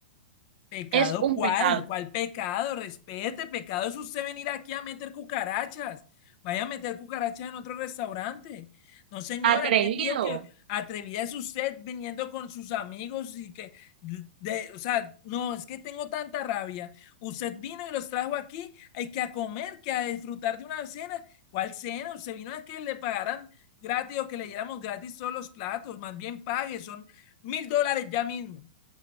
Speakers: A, on the left; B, on the right.
A: ¿Pecado
B: Es un
A: cuál?
B: pecado
A: ¿Cuál pecado? Respete, pecado es usted venir aquí a meter cucarachas. Vaya a meter cucarachas en otro restaurante. No, señora,
B: atrevido.
A: ¿quién dijo que atrevida es usted viniendo con sus amigos y que, de, de- o sea, no, es que tengo tanta rabia. Usted vino y los trajo aquí, hay que a comer, que a disfrutar de una cena. ¿Cuál cena? Usted vino a que le pagaran gratis o que le diéramos gratis todos los platos. Más bien pague, son mil dólares ya mismo.